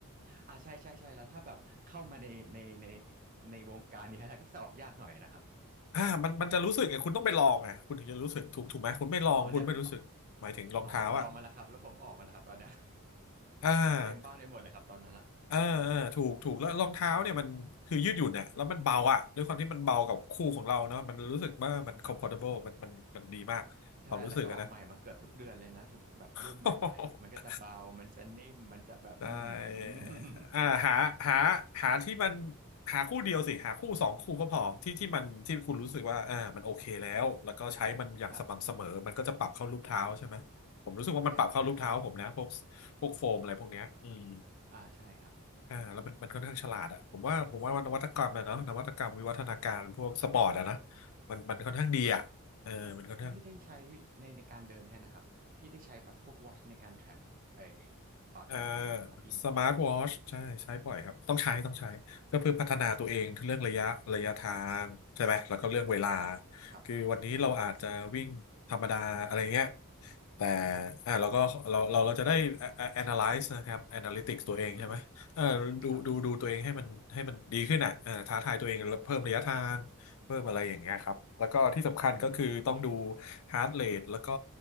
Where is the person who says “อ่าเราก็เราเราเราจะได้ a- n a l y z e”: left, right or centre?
Left